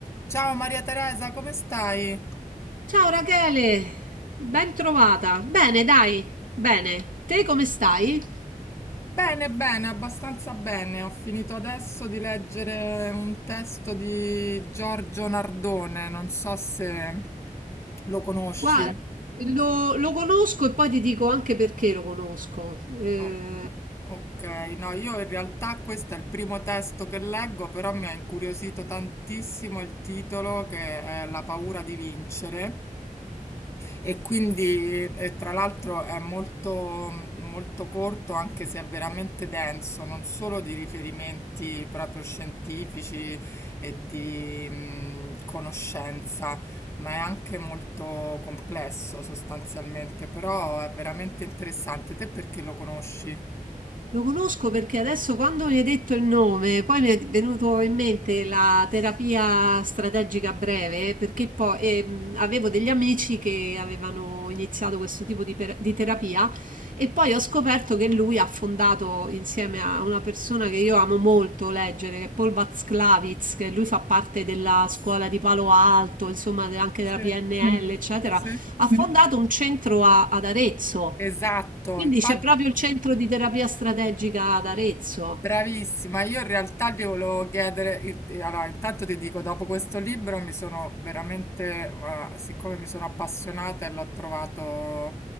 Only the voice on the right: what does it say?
Ciao Rachele, ben trovata. Bene, dai, bene. Te come stai?
Guarda, lo, lo conosco e poi ti dico anche perché lo conosco. Eh,
Lo conosco perché adesso quando mi hai detto il nome, poi mi è venuto in mente la terapia strategica breve, perché poi ehm, avevo degli amici che avevano iniziato questo tipo di, per- di terapia e poi ho scoperto che lui ha fondato insieme a una persona che io amo molto leggere, che è Paul Watzlawick, che lui fa parte della scuola di Palo Alto, insomma de- anche della
PNL, eccetera,
ha fondato un centro a- ad Arezzo.
Quindi
c'è proprio il centro di terapia strategica ad Arezzo.